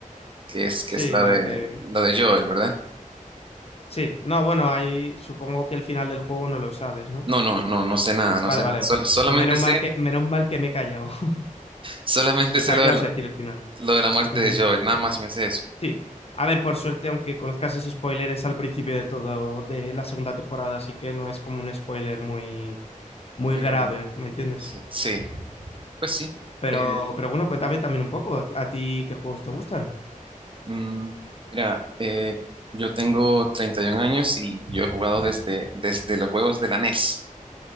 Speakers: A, on the right; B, on the left.
A: que es, que
B: Sí,
A: es la
B: lo
A: de,
B: de...
A: la de Joel, ¿verdad?
B: Sí, no, bueno, ahí supongo que el final del juego no lo sabes, ¿no?
A: No, no, no, no sé nada, no
B: Vale,
A: sé
B: vale.
A: nada. Sol- solamente
B: Pues menos
A: sé,
B: mal que, menos mal que me he callado. <laughs>
A: solamente
B: Pensaba
A: sé lo
B: que
A: de
B: ibas
A: la,
B: a decir el final.
A: lo de la muerte
B: Ujú.
A: de Joel, nada más me sé eso.
B: Sí. A ver, por suerte, aunque conozcas ese spoiler, es al principio de todo, de la segunda temporada, así que no es como un spoiler muy, muy
A: Muy
B: grave,
A: grande.
B: ¿me entiendes?
A: Sí, sí, pues sí.
B: Pero,
A: Eh,
B: pero bueno, cuéntame también un poco, ¿a, a ti qué juegos te gustan?
A: mm, mira, eh, yo tengo 31 años y yo he jugado desde, desde los juegos de la NES.